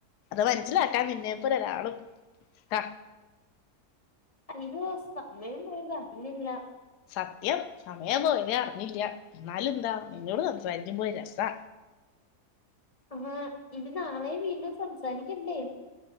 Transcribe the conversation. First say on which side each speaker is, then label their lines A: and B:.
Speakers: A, on the left; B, on the left.
A: അത് മനസ്സിലാക്കാൻ നിന്നെപ്പോലെ ഒരാളും ക
B: അയ്യോ സമയം പോയത് അറിഞ്ഞില്ല
A: സത്യം സമയം പോയതേ അറിഞ്ഞില്ല എന്നാലും എന്താ നിന്നോട് സംസാരിക്കുമ്പോ ഒരു രസാ
B: ആ ഇനി നാളെയും വീണ്ടും സംസാരിക്കണ്ടേ